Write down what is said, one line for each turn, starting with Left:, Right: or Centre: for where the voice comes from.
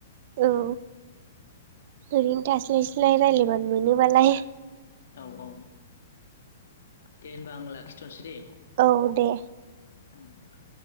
Right: औ
Left: उम
Right: ओरैनो थास्लाय स्लाय रायज्लायबानो मोनोबालाय
Left: औ औ दे होनबा आं लाखिथ'सै दे
Right: औ दे
Left: ओम